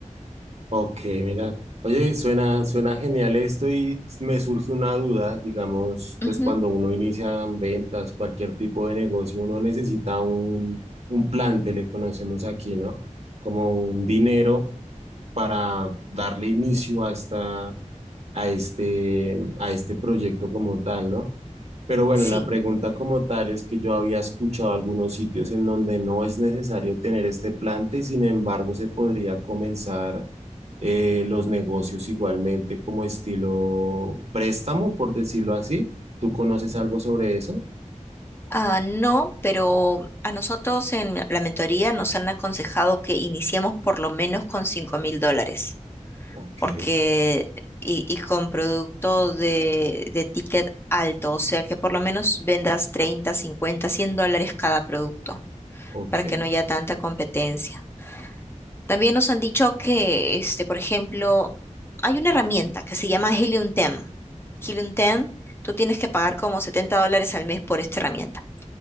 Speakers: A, on the right; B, on the left.
A: Ok, mira, oye, suena, suena genial esto y me surge una duda, digamos, pues
B: Ujú,
A: cuando uno inicia ventas, cualquier tipo de negocio, uno necesita un, un plante, le conocemos aquí, ¿no? Como un dinero para darle inicio a esta, a este, a este proyecto como tal, ¿no? Pero bueno,
B: Sí.
A: la pregunta como tal es que yo había escuchado algunos sitios en donde no es necesario tener este plante, sin embargo, se podría comenzar eh, los negocios igualmente como estilo préstamo, por decirlo así. ¿Tú conoces algo sobre eso?
B: Ah, no, pero a nosotros en la mentoría nos han aconsejado que iniciemos por lo menos con cinco mil dólares.
A: Ok,
B: porque y, y con producto de, de ticket alto, o sea que por lo menos vendas 30, 50, 100 dólares cada producto
A: ok.
B: para que no haya tanta competencia. También nos han dicho que, este, por ejemplo, hay una herramienta que se llama Helium 10. Helium 10, tú tienes que pagar como 70 dólares al mes por esta herramienta,